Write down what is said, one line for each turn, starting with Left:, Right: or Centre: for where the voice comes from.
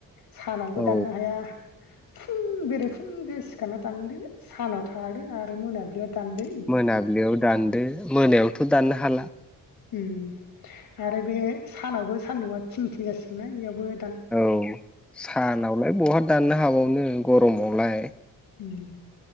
Left: सानावबो
Centre: औ
Left: दाननो हाया फुं बेरे फुंजा सिखारना दानदो सानाव थादो आरो मोनाब्लियाव दान्दो।
Centre: मोनाबिलियाव दान्दो मोनायावथ' दाननो हाला
Left: उम आरो बे सानावबो सान्दुङा थिं थिं जासिगोन बेयावबो
Centre: औ सानावलाय बहा दाननो हाबावनो गरमावलाय
Left: ओम